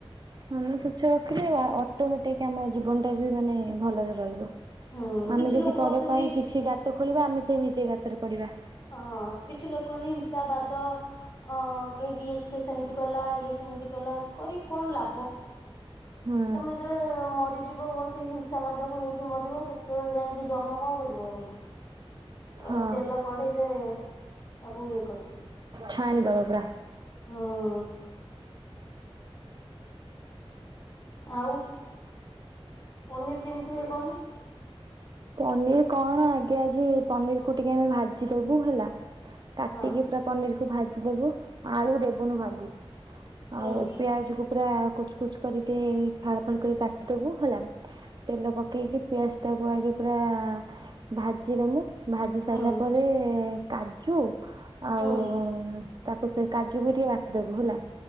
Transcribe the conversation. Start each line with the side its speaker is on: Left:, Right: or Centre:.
Right: ମନ ସ୍ବଚ୍ଛ ରଖିଲେ ଅଟୋମେଟିକ ଆମ ଜୀବନ ଟା ବି ମାନେ ଭଲରେ ରହିବ।
Left: ହୁଁ
Right: ଆମେ
Left: କିଛି
Right: ଯଦି
Left: ଲୋକ
Right: ପର
Left: ଅଛନ୍ତି
Right: ପାଇଁ କିଛି ଗାତ ଖୋଳିବା ଆମେ ସେଇ ନିଜେ ଗାତରେ ପଡିବା।
Left: ହଁଁ ସକିଛି ଲୋକମାନେ ହିଂସା ବାଦ। ଅ କହିକି ସେ ସେମିତି କଲା ଇଏ ସେମିତି କଲା କରିକି କଣ ଲାଭ?
Right: ହୁଁ
Left: ତମେ ଯେତେବେଳେ ମରିଯି ଯିବ କଣ ସେଇ ହିଂସାବାଦକୁ ନେଇକି ମରିବ ସେତେବେଳେ ଯାଇକି ଯମ କଣ କରିବ ତମକୁ?
Right: ହଁ
Left: ଏ ତେଲ କଢେଇରେ ତାକୁ ଇଏ କରିବ।
Right: ଛାଣିଦବ ପୁରା।
Left: ହଁ। ଆଉ ପନିର୍ କେମିତି ହୁଏ କହନି?
Right: ପନିର କଣ ଆଗେ ଆଜି ପନିର କୁ ଟିକେ ଆମେ ଭାଜିଦବୁ ହେଲା। କାଟିକି
Left: ହଁ
Right: ପୁରା ପନିର୍ କୁ ଭାଜିଦବୁ ଆଳୁ ଦେବ୍ <unintelligible>
Left: ହୁଁ
Right: ଭାବୁଛୁ
Left: ହୁଁ
Right: ଆଉ ପିଆଜକୁ ପୁରା କୁଚ୍ କୁଚ୍ କରି ଟିଏ ଫାଳ ଫାଳ କରି କାଟିଦବୁ ହେଲା ତେଲ ପକେଇକି ପିଆଜ୍ ତା <unintelligible> ପୁରା ଭାଜିଦମୁ ଭାଜି ସାରିଲା
Left: ହୁଁ
Right: ପରେ କାଜୁ ଆଉ
Left: ହୁଁ
Right: ଉ ତାକୁ ସେ କାଜୁ ବି ଟିକେ ବାଟିଦବୁ ହେଲା।